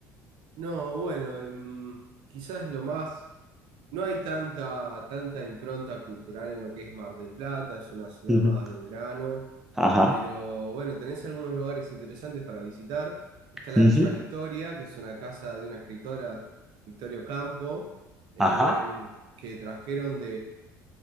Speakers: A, on the right; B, in the centre.
A: No, bueno, em, quizás lo más... No hay tanta, tanta impronta cultural en lo que es Mar del Plata, es una ciudad
B: Ujú.
A: más de verano,
B: Ajá.
A: pero bueno, tenés algunos lugares interesantes para visitar. Está la
B: Ujú.
A: Villa Victoria, que es una casa de una escritora, Victorio Campo, eh,
B: Ajá.
A: que trajeron